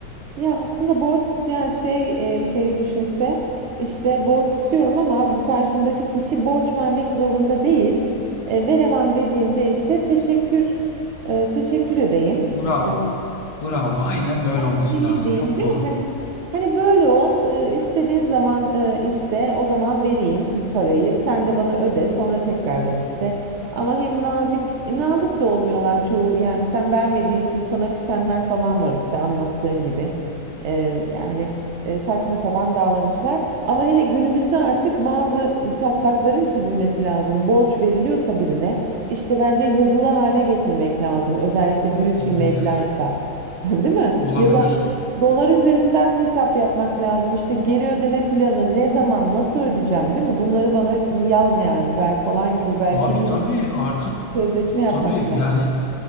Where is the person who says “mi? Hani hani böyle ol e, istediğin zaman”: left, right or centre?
Right